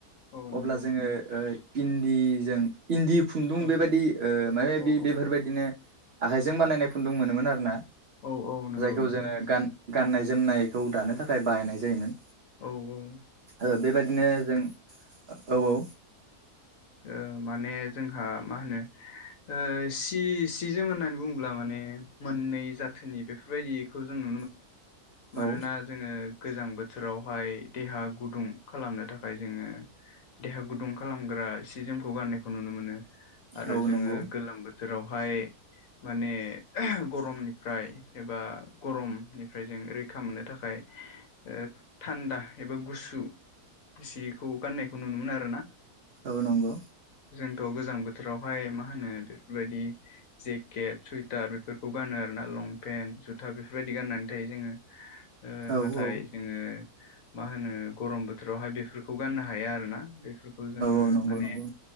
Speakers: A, on the left; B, on the right.
A: औ नंगौ
B: अब्ला जोङो ओ इन्दिजों इन्दि खुन्दुं
A: औ
B: बेबायदि ओ माने
A: औ
B: बि बेफोरबायदि आखाइजों बानायनाय फुन्दुं मोनोमोन आरोना
A: औ औ नंगौ
B: जायखौ
A: नंगौ
B: जोङो गान गाननाय जोमनायखौ दानो थाखाय बाहायनाय जायोमोन
A: औ औ
B: ओ बेबादिनो जों औ औ
A: ओ माने जोंहा मा होनो ओ सि सि जोम होननानै बुङोब्ला माने मोननै जाथोनि बेफोरबायदिखौ जोङो
B: <inaudible> औ
A: मानोना जोङो गोजां बोथोरावहाय देहा गुदुं खालामनो थाखाय जोङो देहा गुदुं खालामग्रा सि जोमखौ गाननायखौ नुनो मोनो। आरो
B: औ औ
A: जोङो
B: नंगौ
A: गोलोम बोथोरावहाय माने गरमनिफ्राय एबा गरमनिफ्राय जों रैखा मोननो थाखाय ओ थान्दा एबा गु सु सिखौ गाननायखौ नुनो मोनो आरो ना
B: औ नंगौ।
A: जोंथ' गोजां बोथोरावहाय मा होनो बेफोरबायदि जेकेट, सुइटार बेफोरखौ गानो आरो ना लंपेन जुथा बेफोरबायदि गाननानै थायो जोङो ओ
B: औ
A: नाथाय
B: औ
A: जोङो मा होनो गरम बोथोरावहाय बेफोरखौ गाननो हाया आरोना बे फोरखौ जोङो
B: औ नंगौ
A: माने
B: नंगौ